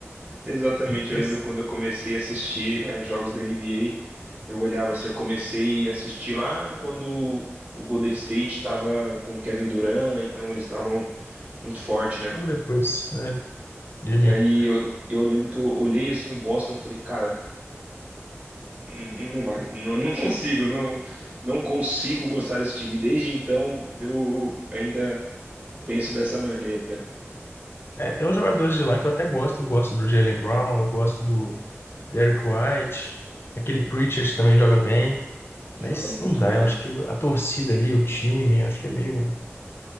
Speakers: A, on the right; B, on the left.
A: Exatamente,
B: Mas
A: eu lembro quando eu comecei a assistir, né, jogos da NBA, eu olhava assim, eu comecei a assistir lá quando o Golden State estava com o Kevin Durant, então eles estavam muito forte, né?
B: logo depois, né, de
A: E
B: mim.
A: aí eu, eu lembro que eu olhei assim o Boston, e falei, cara, n- não vai, não, não consigo, não, não consigo gostar desse time. Desde então eu ainda penso dessa maneira.
B: É, tem uns jogadores de lá que eu até gosto. Eu gosto do Jaylen Brown, eu gosto do Derrick White. Aquele Pritchard também joga bem.
A: Joga
B: Mas
A: muito
B: não dá,
A: bem.
B: eu acho que a torcida ali, o time, eu acho que é meio